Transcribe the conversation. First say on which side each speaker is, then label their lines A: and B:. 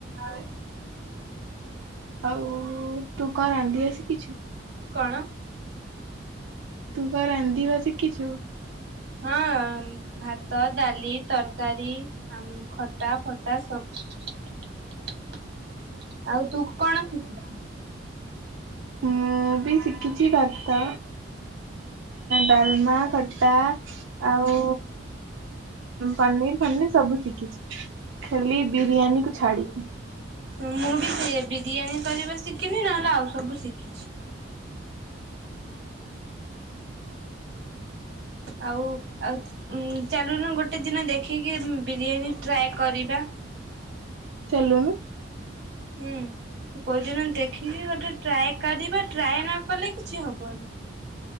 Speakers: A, on the right; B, on the right.
A: ଆଉ। ଆଉ ତୁ କଣ ରାନ୍ଧିବା ସିକିଚୁ।
B: କଣ?
A: <inaudible> ତୁ ବା ରାନ୍ଧି ବା ଶିଖିଛୁ।
B: ହଁ ଭାତ ଡାଲି ତରକାରୀ। ଆ ଖଟା ଫଟା ସବୁ। <inaudible> ଆଉ ତୁ କଣ ଶିଖୁଛୁ।
A: ମୁଁ ବି ଶିଖିଛି ଭାତ ଡାଲମା ଖଟା ଆଉ ପନିର ଫନିର ସବୁ ଶିଖିଛି ଖାଲି ବିରିୟାନୀ କୁ ଛାଡିକି
B: ମୁଁ ବି ସେ ବିରିୟାନୀ କରିବା ଶିଖିନି ନହେଲେ ଆଉ ସବୁ ଶିଖିଛି ଆଉ ଆଉ ଚାଲୁନୁ ଗୋଟେ ଦିନ ଦେଖିକି ବିରିୟାନୀ ଟ୍ରାଏ କରିବା
A: ଚାଲୁନୁ
B: ହୁଁ କୋଉଦିନ ଦେଖିକି ଗୋଟେ ଟ୍ରାଏ କରିବା ଟ୍ରାଏ ନ କଲେ କିଛି ହବ ବନ୍ଦ